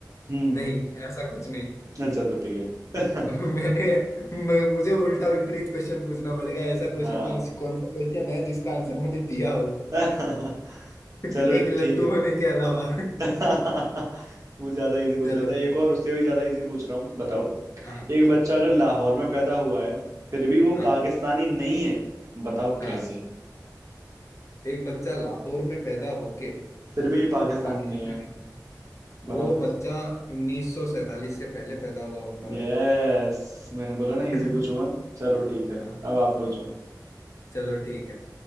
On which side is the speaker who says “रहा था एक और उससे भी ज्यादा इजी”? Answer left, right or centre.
Right